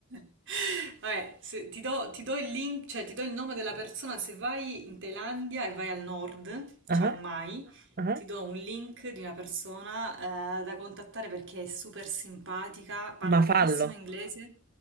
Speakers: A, on the right; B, on the right.
A: <laughs> vabbè, se- ti do, ti do il link, cioè ti do il nome della persona se vai in Thailandia e vai al nord, Chiang
B: Ah,
A: Mai,
B: ah,
A: ti do un link di una persona eh, da contattare perché è super simpatica, parla
B: Ma fallo,
A: benissimo inglese.